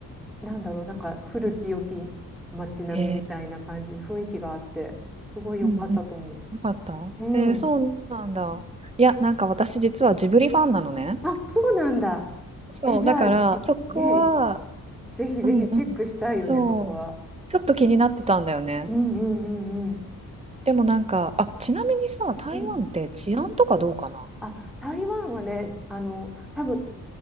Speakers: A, in the centre; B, on the right (about 15°).
A: なんだろう、なんか古き良き街並みみたいな感じで雰囲気があって、
B: へえ。
A: すごい良かったと思う。
B: うんうん。よかった？
A: うん。
B: えーそうなんだ。いや、なんか私実はジブリファンなのね。
A: あ、そうなんだ。
B: そう、
A: え、じゃあ、
B: だからそこは
A: いね、ぜひぜひチェックしたいよね、
B: うんうん。そう。
A: そこは。
B: ちょっと気になってたんだよね。
A: うんうんうんうん。
B: でもなんか、あ、ちなみにさ、台湾って治安とかどうかな？
A: うんうん。あ、台湾はね、あの、多分、